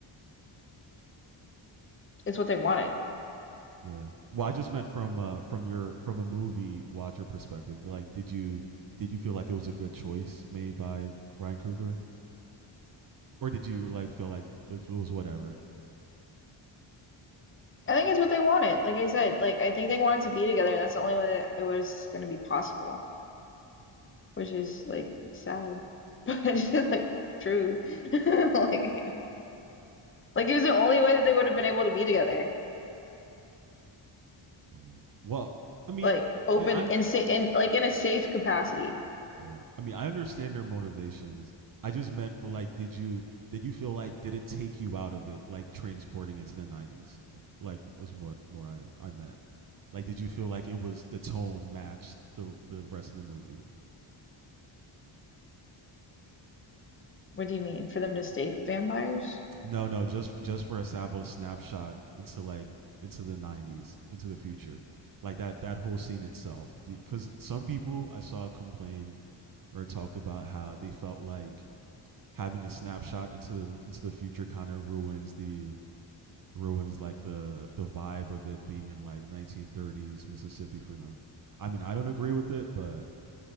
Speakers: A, on the left (about 25°); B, on the right (about 45°).
A: it's what they wanted.
B: yeah. Well, I just meant from uh, from your from a movie watcher perspective. Like, did you did you feel like it was a good choice made by Ryan Coogler? or did you like feel like it was whatever?
A: I think it's what they wanted. Like I said, like I think they wanted to be together and that's the only way that it was going to be possible. which is like sad, <laughs> but it's like true. <laughs> Like, like it was the only way that they would have been able to be together,
B: Mm-hmm. Well, I mean,
A: like open
B: I, I'm
A: and sa in like in a safe capacity.
B: yeah. I mean, I understand their motivations. I just meant for like, did you did you feel like did it take you out of it, like transporting into the '90s? Like, was what more I I meant. Like, did you feel like it was the tone matched the the rest of the movie?
A: What do you mean for them to stay vampires?
B: No, no, just just for a snapshot into like into the '90s, into the future, like that that whole scene itself. Because some people I saw complain or talked about how they felt like having a snapshot into into the future kind of ruins the ruins like the the vibe of it being in like 1930s Mississippi for them. I mean, I don't agree with it, but